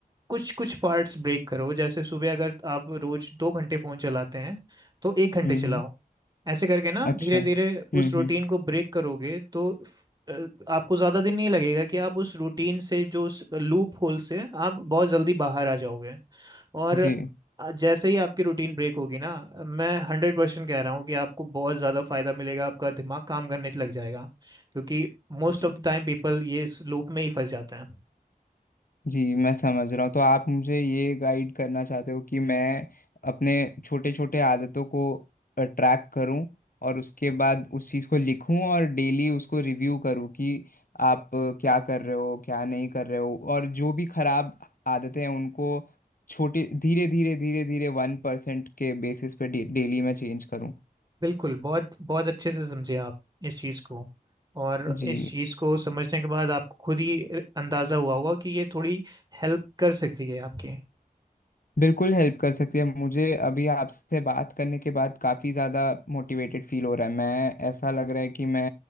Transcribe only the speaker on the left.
हम्म
हम्म,
अच्छा
हम्म
हम्म
जी
जी
जी मैं समझ रहा हूँ तो आप मुझे ये गाइड करना चाहते हो कि मैं अपने छोटे छोटे आदतों को ट्रैक करूँ और उसके बाद उस चीज़ को लिखूँ और डेली उसको रिव्यू करूँ कि आप अ, क्या कर रहे हो क्या नहीं कर रहे हो और जो भी खराब आदतें हैं उनको छोटे धीरे धीरे धीरे धीरे वन परसेंट के बेसिस पे डे, डेली मैं चेंज करूँ
जी
बिल्कुल हेल्प कर सकती है मुझे अभी आपसे बात करने के बाद काफ़ी ज़्यादा मोटिवेटेड फील हो रहा है मैं ऐसा लग रहा है कि मैं